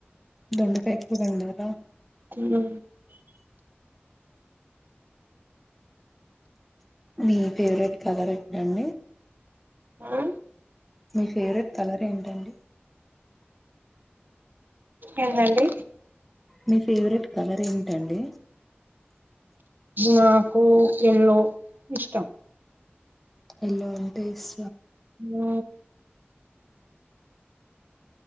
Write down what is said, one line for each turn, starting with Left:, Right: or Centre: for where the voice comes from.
Centre: దొండకాయ కూర వండారా,
Right: హ
Centre: మీ ఫేవరెట్ కలర్ ఎంటండి,
Right: ఆ
Centre: మీ ఫేవరెట్ కలర్ ఏంటండి,
Right: ఏందండి
Centre: మీ ఫేవరెట్ కలర్ ఏమిటండి
Right: నాకు ఎల్లో ఇష్టం.
Centre: ఎల్లో అంటే ఇస్
Right: హ